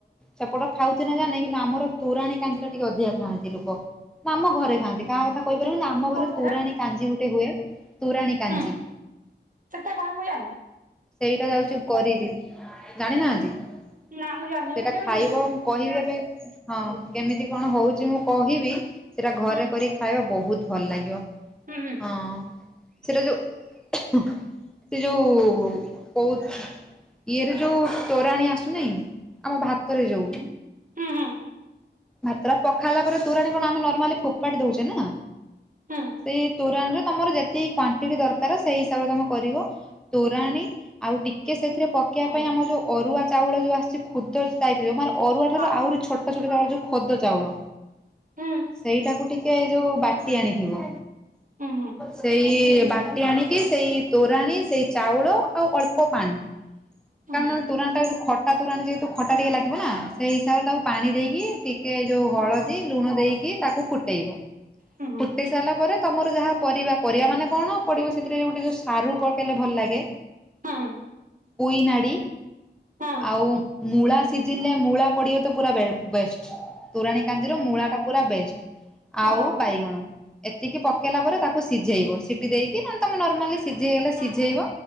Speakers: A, in the centre; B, on the right.
A: ସେପଟ ଖାଉ ସେ କଥା ଜାଣିନି ଆମର ତୋରାଣୀ କାଞ୍ଜି ଟିକେ ଅଧିକା ଖାଆନ୍ତି ଲୋକ ନା ଆମ ଘରେ ଖାଆନ୍ତି କାହା କଥା କହିପାରିବି ନି ଆମ
B: କଣ
A: ଘରେ
B: ସେଟା
A: ତୁରାଣୀ କାଞ୍ଜି ଗୋଟେ ହୁଏ ତୁରାଣୀ କାଞ୍ଜି।
B: ହୁଁ ସେଟା କଣ ମୁଁ ଜାଣିନି।
A: ସେଇଟା ଯାଉଚି କରିବି ଜାଣିନାହାନ୍ତି ସେଇଟା
B: ନା ମୁଁ ଜାଣିନି ଏଇଟା କେମିତି
A: ଖାଇବ।
B: ହୁଏ?
A: କହିବେ ଏବେ ହଁ କେମିତି
B: ହୁଁ
A: କଣ ହଉଛି ମୁଁ କହିବି ସେଟା ଘରେ
B: ହୁଁ
A: କରିକି ଖାଇବ ବହୁତ ଭଲ ଲାଗିବ
B: ହୁଁ
A: ହଁ। ସେଟା ଯୋଉ ସେ ଯୋଉ କଉ ଇଏରେ ଯୋଉ ତୋରାଣି ଆସୁନାହିଁ ଆମ ଭାତରେ ଯୋଉ?
B: ହୁଁ, ହୁଁ।
A: ମାତ୍ର ପଖାଳା ପରେ ତୋରାଣି କଣ ଆମେ ନର୍ମାଲି ଫୋପାଡ଼ି ଦଉଚେ ନା।
B: ହୁଁ
A: ସେଇ ତୋରାଣି ରେ ତମର ଯେତିକି କ ଦରକାର ସେଇ ହିସାବରେ ତମେ କରିବ ତୋରାଣୀ ଆଉ ଟିକେ ସେଥିରେ ପ ପକେଇବା
B: ହୁଁ ହୁଁ
A: ପାଇଁ ଆମ ଯେଉଁ ଅରୁଆ ଚାଉଳ ଯୋଉ ଆସିଛି ଖୁଦ ଟାଇପି ର ମାନେ ଅରୁଆଠାରୁ
B: ହଁ
A: ଆହୁରି ଛୋଟ ଛୋଟ ଚାଉଳ ଯୋଉ ଖୁଦ ଚାଉଳ
B: ହୁଁ
A: ସେଇଟାକୁ ଟିକେ ଏ ଯୋଉ ବାଟି
B: ହୁଁ
A: ଆଣିଥିବ।
B: ହୁଁ
A: ସେଇ ବାଟି ଆଣିକି ସେଇ ତୋରାଣି ସେଇ ଚାଉଳ ଆଉ ଅଳ୍ପ ପାଣି।
B: ହୁଁ ହୁଁ
A: କାରଣ ତୁରଣଟା ଖଟା ତୁରାଣ ଯେହେତୁ ଖଟା ଟିକେ ଲାଗିବ ନା ସେଇ ହିସାବରେ ତାକୁ ପାଣି ଦେଇକିି। ଏଇ ଯୋଉ ହଳଦୀ
B: ହଁ
A: ଲୁଣ ଦେଇକି ତାକୁ ଫୁଟେଇବ
B: ହୁଁ ହୁଁ
A: ଫୁଟେଇ
B: ହୁଁ
A: ସାରିଲା ପରେ ତମର ଯାହା ପରିବା ପରିବା ମାନେ କଣ ପଡ଼ିବ ସେଥିରେ ଗୋଟେ ଯଉ ସାରୁ ପକେଇଲେ ଭଲ ଲାଗେ।
B: ହଁ।
A: ପୋଇନାଡ଼ି
B: ହୁଁ
A: ଆଉ ମୂଳା ସିଝିଲେ ମୂଳା ପଡ଼ିବ ତ ପୁରା ବେ ବେଷ୍ଟ। ତୋରାଣୀ କାଞ୍ଜିର ମୂଳାଟା ପୁରା ବେଷ୍ଟ ଆଉ
B: ଓହୋ
A: ବାଇଗଣ ଏତିକି ପକେଇଲା
B: ଓହୋ
A: ପରେ ତାକୁ ସିଝେଇବ ସିଟି ଦେଇକି ନହେଲେ ତମେ ନର୍ମାଲି ସିଝେଇଲେ
B: ହୁଁ
A: ସିଝେଇବ